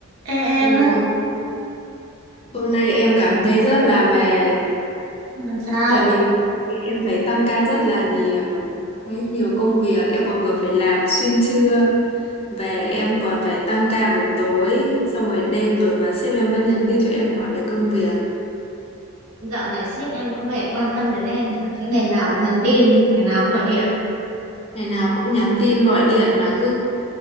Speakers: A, on the right (about 85°); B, on the left (about 25°).
A: Ê, em
B: Đúng rồi. Hôm nay em cảm thấy rất là mệt
A: làm sao?
B: tại vì em phải tăng ca rất là nhiều quá nhiều công việc em còn vừa phải làm xuyên trưa về em còn phải tăng ca buổi tối xong rồi đêm rồi mà sếp em vẫn nhắn tin cho em hỏi về công việc
A: Dạo này sếp em có vẻ quan tâm đến em nhỉ? Thấy ngày nào cũng nhắn tin, ngày nào cũng gọi điện.
B: ngày nào cũng nhắn tin gọi điện mà cứ